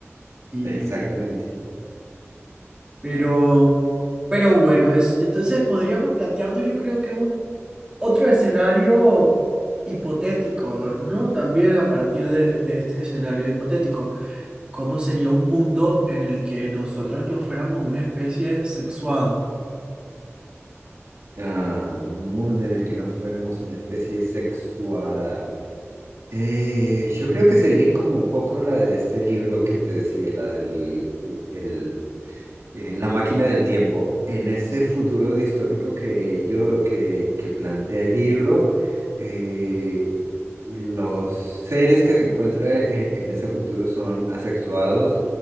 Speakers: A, on the right; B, on the right.
A: Y,
B: Exactamente.
A: pero, pero bueno, es, entonces podríamos plantearnos, yo creo que un Otro escenario hipotético, ¿no? También a partir de, de este escenario hipotético, ¿cómo sería un mundo en el que nosotros no fuéramos una especie sexuada?
B: Ah, un mundo en el que no fuéramos una especie sexuada. Eh, yo creo que sería como un poco la de este libro que te decía, la del el, eh, la máquina del tiempo. En ese futuro distópico que yo que, que plantea el libro, eh, los seres que se encuentran en, en ese futuro son asexuados,